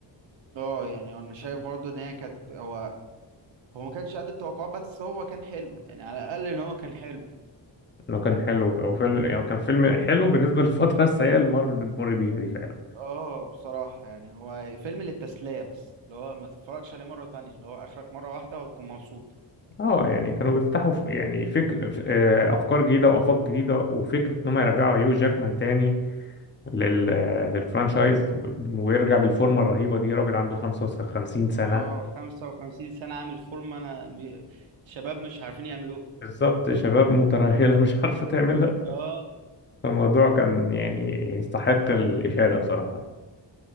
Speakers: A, on the right (about 75°); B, on the left (about 25°).
A: اه يعني انا شايف برضو ان هي كانت هو هو ما كانش قد التوقعات بس هو كان حلو يعني على الاقل ان هو كان حلو
B: إنه كان حلو أو فيلم يعني كان فيلم حلو بالنسبة <laughs> للفترة السيئة اللي مارفل بتمر بيها دي فعلا
A: اه بصراحة يعني هو فيلم للتسلية بس اللي هو ما تتفرجش عليه مرة تانية اللي هو اخرك مرة واحدة وهتكون مبسوط
B: اه يعني كانوا بيفتحوا ف- يعني فكر ف- آه، أفكار جديدة وآفاق جديدة وفكرة إن هم يرجعوا هيو جاكمان تاني لل... للفرانشايز ويرجع بالفورمه الرهيبه دي راجل عنده 55 سنه
A: اه 55 سنة عامل فورمة انا بي- شباب مش عارفين يعملوه
B: بالظبط شباب مترهله مش عارفه تعملها
A: اه
B: فالموضوع كان يعني يستحق الاشاده بصراحه